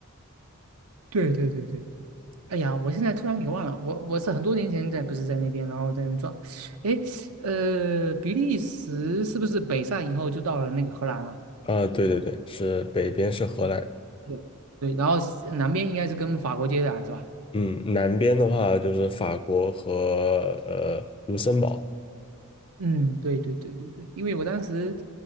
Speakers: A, on the right; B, on the left.
A: 对对对对，哎呀，我现在突然给忘了，我我是很多年前在不是在那边，然后在那边转，哎，呃，比利时是不是北上以后就到了那个荷兰了？
B: 啊，对对对，是北边是荷兰，
A: 嗯，对，对，然后西南边应该是跟法国接壤是吧？
B: 嗯，南边的话就是法国和呃卢森堡。
A: 嗯，对对对对对，因为我当时，